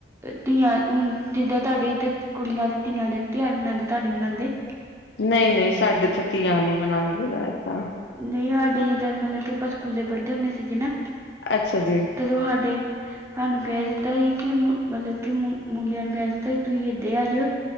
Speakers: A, on the right; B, on the left.
A: ਧੀਆਂ ਹੁਣ ਜਿੱਦਾਂ, ਤੁਹਾਡੇ ਇੱਧਰ ਕੁੜੀਆਂ ਦੇ, ਧੀਆਂ ਦੇ ਤਿਉਹਾਰ ਮਨਾਉਂਦੇ, ਤੁਹਾਡੇ ਮਨਾਉਂਦੇ?
B: ਨਹੀਂ- ਨਹੀਂ, ਸਾਡੇ ਇਥੇ ਤੀਆਂ, ਨਹੀਂ ਮਨਾਇਦਾ, ਇਤਾ।
A: ਨੀ ਹਾਡੇ ਜਿੱਦਾਂ, ਮਤਲਬ ਕਿ ਆਪਾਂ ਸਕੂਲੇ ਪੜਦੇ, ਹੁੰਦੇ ਸੀਗੇ ਨਾ।
B: ਅੱਛਾ ਜੀ!
A: ਜਦੋਂ ਸਾਡੇ। ਸਾਨੂੰ ਕਹਿ ਦਿੱਤਾ ਸੀ। ਕਿ ਮਤਲਬ ਕਿ ਮੁੰਡਿਆਂ ਨੂੰ ਕਹਿ ਦਿੱਤਾ ਸੀ। ਤੁਸੀਂ ਏਦਾ ਆ ਜਿਓ।